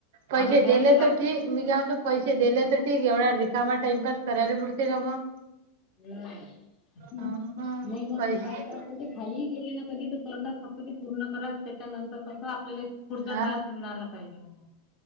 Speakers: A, on the left (about 40°); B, on the right (about 65°).
A: आता
B: पैसे
A: द्यायला
B: दिले
A: लाग
B: तर ठीक मी का म्हत पैसे देले तर ठीक. एवढ्या रिकामा टाइमपास करायला पुरते का मग.
A: नाही
B: हा,
A: नाही
B: मग
A: ना
B: पैसे
A: मग काय कय ते खाली गेले ना कधी तर करतात फक्त. पूर्ण करा त्याच्यानंतर कस आपल्याला पुढचा
B: हा?
A: तास मिळाला पाहिजे म्हणून.